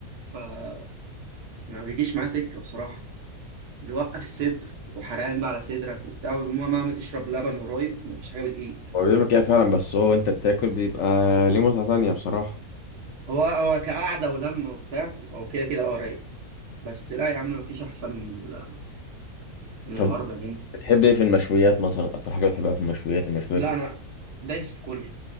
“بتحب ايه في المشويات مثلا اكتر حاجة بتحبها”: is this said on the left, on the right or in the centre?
Left